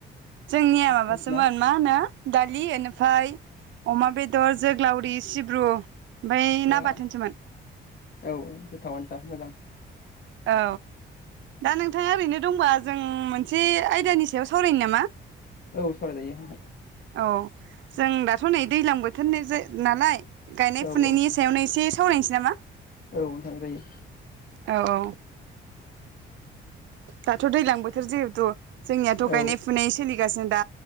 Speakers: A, on the right; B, on the left.
A: जोंनिया माबासोमोन
B: नोंसिना
A: मा होनो दालि ओनिफ्राय। अमा बेदर जोग्लावरि सिब ब्रु ओमफ्राय
B: बा
A: ना बाथोनसोमोन।
B: औ औ गोथाव आनोदा मोजां।
A: औ दा नोंथ नोंथाङा ओरैनो दंबा जों मोनसे आयदानि सायाव सावरायनो नामा?
B: औ सावराय जायो।
A: औ जों दाथ' नै दैज्लां बोथोरनि नालाय। गायनाय
B: औ
A: फुनायनि
B: औ
A: सायावनो एसे सावरायनोसै नामा?
B: औ सावराय जायो
A: औ औ दाथो दैलांबो बोथोर जिहेथु जोंनियाथ'
B: औ
A: गायनाय फुनाय सोलिगासिनो दा